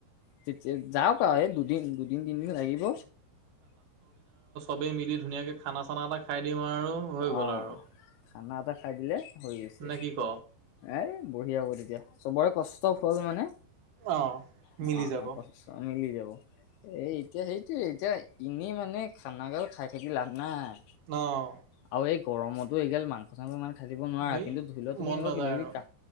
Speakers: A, on the left; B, on the right.
A: তেতিয়া যাওঁক এই দুদিন দুদিন তিনদিন লাগিব।
B: চবে মিলি ধুনীয়াকে খানা চানা এটা খাই দিম আৰু হৈ গ'ল
A: অ'
B: আৰু
A: খানা এটা খাই দিলে হৈ গৈছে
B: নে কি ক?
A: এ বঢ়িয়া হ'ব, তেতিয়া চবৰে কষ্ট ফল মানে
B: অ',
A: অ' <unintelligible>
B: মিলি যাব
A: যাব এ এতিয়া হেইটোৱে এতিয়া এনেই মানে খানাগাল খাই থাকি লাভ নাই।
B: অহ।
A: আও এই গৰমতো এই গাল মাংস চাংস ইমান খাই থাকিব নোৱাৰা,
B: হেই
A: কিন্তু ধৰি লোওৱা তুমি
B: মন
A: এনেুৱা
B: নাযায়
A: কিবা কিবি
B: আৰু
A: কা